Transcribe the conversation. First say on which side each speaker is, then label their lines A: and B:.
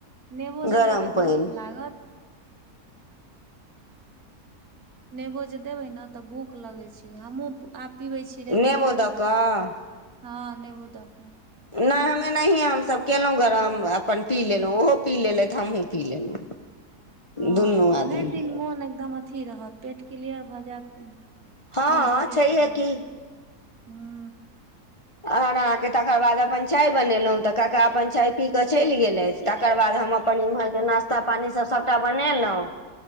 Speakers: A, on the right; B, on the left.
A: नेबो देबै
B: गरम
A: तऽ
B: पाइन
A: भूख लागत नेबो जे देबै ने तऽ भूख लगै छै हमहूँ आब पीबै छी रेगुलर
B: नेबो दऽ कऽ
A: हँ नेबो दऽ कऽ
B: नय हम एनाहिए हमसभ केलहुँ गरम अपन पी लेलु ओहो पी लेलथि, हमहूँ पी लेलहुँ
A: <inaudible> हँ
B: दुनू
A: भइर
B: आदमी
A: दिन मोन एकदम अथी रहत पेट क्लियर भऽ जायत
B: हँ
A: मोन फ्रेश
B: छैहे
A: रहै
B: की
A: छै हँ
B: आर आरके तकर बाद अपन चाय बनेलहुँ तऽ कका अपन चाय पी कऽ चलि गेलेथ तकर बाद हम अपन एम्हरके नाास् ता-पानी सब, सबटा बनेलहुॅं